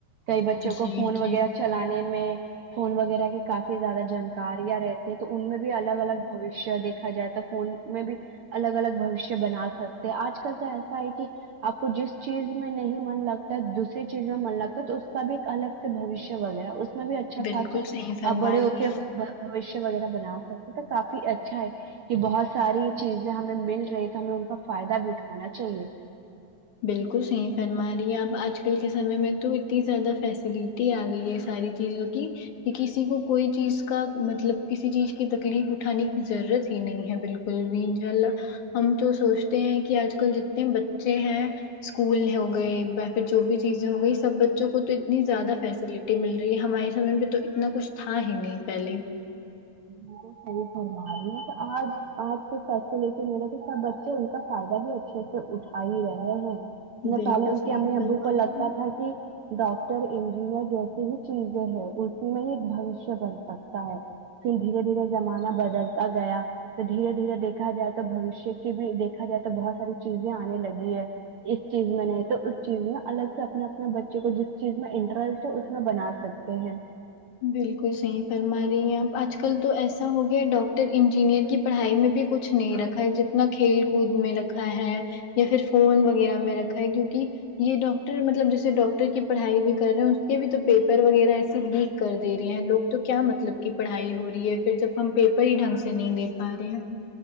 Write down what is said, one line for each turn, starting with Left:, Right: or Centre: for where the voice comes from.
Right: کئی بچوں
Left: جی
Right: کو فون
Left: جی
Right: وغیرہ چلانے میں فون وغیرہ کی کافی زیادہ جانکاریاں رہتی تو ان میں بھی الگ الگ بھوشیہ دیکھا جائے تو فون میں بھی الگ الگ بھشیہ بنا سکتے آج کل تو ایسا ہے کہ آپ کو جس چیز میں نہیں من لگتا دوسری چیز میں من لگتا ہے تو اس کا بھی ایک الگ بھوشیہ وغیرہ اس میں بھی اچھا
Left: بالکل
Right: خاصا
Left: صحیح فرما
Right: بڑے
Left: رہی
Right: ہو
Left: ہیں
Right: کے
Left: آپ۔
Right: ب وغیرہ بنا سکتے ہیں تو کافی اچھا ہے یہ بہت ساری چیزیں ہمیں مل رہی تو ہمیں ان کا فائدہ بھی اٹھانا چاہیے
Left: بالکل صحیح فرما رہی ہے اب آج کل کے سمے میں تو اتنی زیادہ فیسلی تی آ گئی ہے ساری چیزوں کی کہ کسی کو کوئی چیز کا مطلب کسی چیز کی تکلیف اٹھانے کی ضرورت ہی نہیں ہے بالکل کل بھی انشاء اللہ ہم تو سوچتے ہیں کہ آج کل جتنے بچے ہیں اسکول ہو گئے یا پھر جو بھی چیزیں ہو گئی سب بچوں کو تو اتنی زیادہ فیسلٹی مل رہی ہے ہمارے سمے میں تو اتنا کچھ تھا ہی نہیں پہلے
Right: بالکل صحیح فرما رہی ہیں تو آج آج کی فیسلٹی ملے تو سب بچے ان کا فائدہ بھی اچھے سے اٹھا ہی رہے ہیں میں
Left: بالکل
Right: پہلے ان
Left: صحیح
Right: کے امی
Left: فرما
Right: ابو کو لگتا
Left: رہی ہیں
Right: تھا کہ ڈاکٹر انجینئر جیسی ہی چیزیں ہے اس میں ایک بھوشیہ بن سکتا ہے پھر دھیرے دھیرے زمانہ بدلتا گیا تو دھیرے دھیرے دیکھا جائے تو بوشیہ کی بھی دیکھا جائے تو بہت ساری چیزیں آنے لگی ہے اس چیز میں نہیں تو اس چیز میں الگ سے اپنے اپنے بچوں کو جس چیز میں انٹرسٹ ہے اس میں بنا سکتے تے ہیں
Left: بالکل صحیح فرما رہی ہیں آپ آج کل تو ایسا ہو گیا ڈاکٹر انجینئر کی پڑھائی میں بھی کچھ نہیں رکھا ہے جتنا کھیل کود میں رکھا ہے یا پھر فون وغیرہ میں رکھا ہے کیونکہ یہ ڈاکٹر مطلب جیسے ڈاکٹر کی پڑھائی بھی کر رہے ہیں اس کے بھی تو پیپر وغیرہ ایس لیک کر دے رہے ہیں لوگ تو کیا مطلب کہ پڑھائی ہو رہی ہے پھر جب ہم پیپر ہی ڈھنگ سے نہیں دے پا رہے ہیں